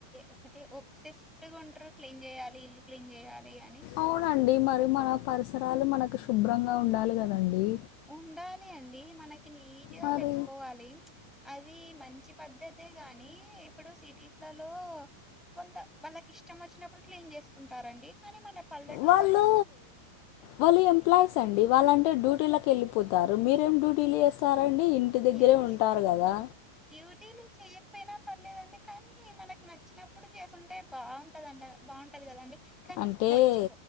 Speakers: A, in the centre; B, on the left (about 75°).
A: ఒకటి ఒప్సిస్ట్గా ఉంటారు క్లీన్ చేయాలి ఇల్లు క్లీన్ చేయాలి అని
B: అవునండి మరి మన పరిసరాలు మనకు శుభ్రంగా ఉండాలి కదండీ
A: ఉండాలి అండి మనకి నీట్గా
B: మరి
A: పెట్టుకోవాలి అది మంచి పద్ధతే గాని ఇప్పుడు సిటీస్లలో కొంత వాళ్ళకి ఇష్టం వచ్చినప్పుడు క్లీన్ చేసుకుంటారండి కానీ మన పల్లెటూర్లలో
B: వాళ్ళు వాళ్ళు ఎంప్లాయీస్ అండి వాళ్ళంటే డ్యూటీ లకు వెళ్ళిపోతారు మీరేం డ్యూటీలు చేస్తారండి ఇంటి దగ్గరే
A: ఎవ్
B: ఉంటారు కదా
A: డ్యూటీలు చెయకపోయినా పర్లేదండి కానీ మనకు నచ్చినప్పుడు చేసుకుంటే బాగుంటదండి బాగుంటది కదండి కానీ
B: అంటే
A: వచ్చ
B: మనం